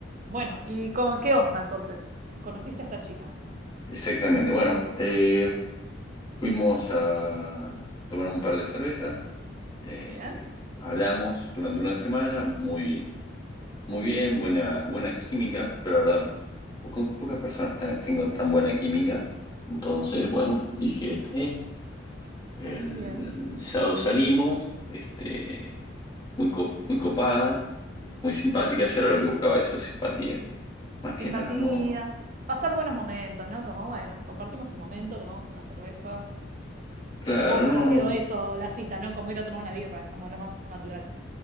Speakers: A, on the right; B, on the left.
A: bueno, ¿y con, qué onda entonces? ¿Conociste a esta chica?
B: Exactamente, bueno. eh, Fuimos a tomar un par de cervezas, eh,
A: Muy bien,
B: hablamos durante una semana, muy, muy bien, buena, buena química. Yo la verdad, po- con pocas personas ta- tengo tan buena química. Entonces, bueno, dije, está bien. El
A: bien,
B: sábado salimos, este, muy, co- muy copada, muy simpática.
A: bien.
B: Yo era lo que buscaba eso, simpatía, más que
A: Simpatía,
B: nada, no.
A: pasar buenos momentos, ¿no? Como, bueno, compartimos un momento, tomamos unas cervezas.
B: Claro,
A: Supongo que
B: no.
A: habrá sido eso la cita, ¿no? Como ir a tomar una birra, es como lo más natural.